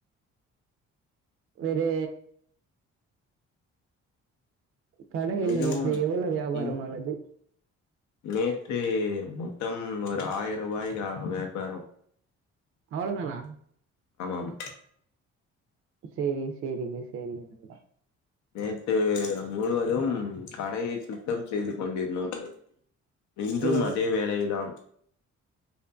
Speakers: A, on the right; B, on the left.
A: வேறு கடையில்
B: மிகவும்
A: நேற்று எவ்வளவு வியாபாரமானது
B: இன் நேற்று மொத்தம் ஒரு ஆயிரம் ரூபாய் வியாபாரம்
A: அவ்வளோதானா
B: ஆமாாம்
A: சேரி சேரிங்க சேரிங்க
B: நேற்று முழுவதும் கடையை சுத்தம் செய்து கொண்டிருந்தோம் இன்றும்
A: ஓ
B: அதே வேளைதான்